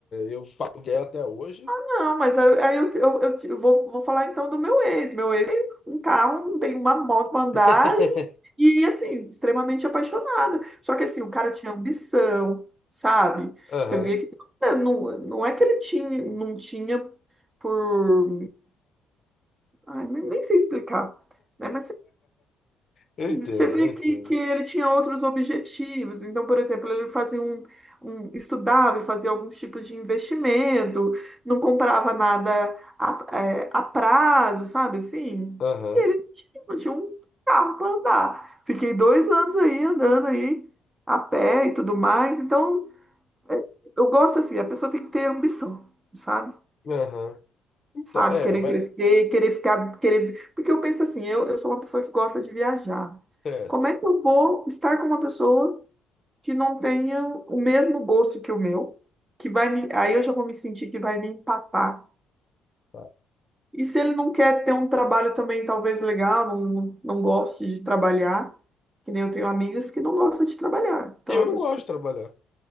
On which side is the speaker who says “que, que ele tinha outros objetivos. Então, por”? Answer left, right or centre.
Right